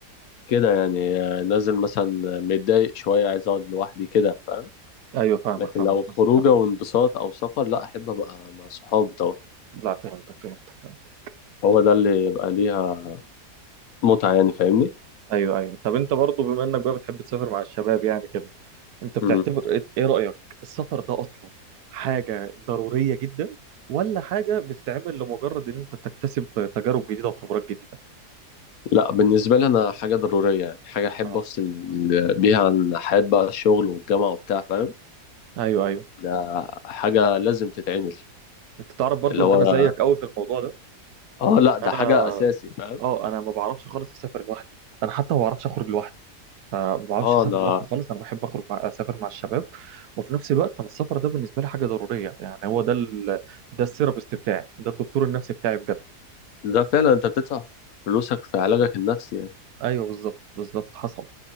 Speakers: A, on the left; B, on the right.
A: كده يعني آه، نازل مثلا متضايق شويه عايز اقعد لوحدي كده فاهم
B: ايوه فاهمك
A: لكن
B: فاهمك
A: لو خروجه
B: بس فهمت
A: وانبساط او سفر لا احب ابقى مع صحابي طبعا
B: لا فهمتك فهمتك فهمت.
A: هو ده اللي يبقى ليها متعه يعني فاهمني
B: ايوه ايوه طب انت برضو بما انك بقى بتحب تسافر مع الشباب يعني كده انت بتعتبر
A: امم
B: ايه إيه رأيك السفر ده اصلا حاجة ضرورية جدا ولا حاجة بتتعمل لمجرد ان انت تكتسب تجارب جديدة وخبرات جديدة
A: لا بالنسبة لي أنا حاجة ضرورية يعني حاجة أحب
B: اه
A: أفصل بيها عن حياة بقى الشغل والجامعة وبتاع فاهم
B: ايوه ايوه
A: ده حاجة لازم تتعمل
B: انت تعرف برضو
A: اللي
B: ان
A: هو
B: انا زيك قوي في الموضوع ده
A: اه لا ده
B: انا
A: حاجة أساسي فاهم
B: اه انا ما بعرفش خالص اسافر لوحدي انا حتى ما بعرفش اخرج لوحدي فما بعرفش
A: اه
B: اسافر
A: أنا
B: لوحدي خالص انا بحب اخرج مع... اسافر مع الشباب وفي نفس الوقت انا السفر ده بالنسبة لي حاجة ضرورية يعني هو ده ال... ده السيرابست بتاعي ده الدكتور النفسي بتاعي بجد
A: ده فعلا أنت بتدفع فلوسك في علاجك النفسي يعني
B: ايوه بالظبط بالظبط حصل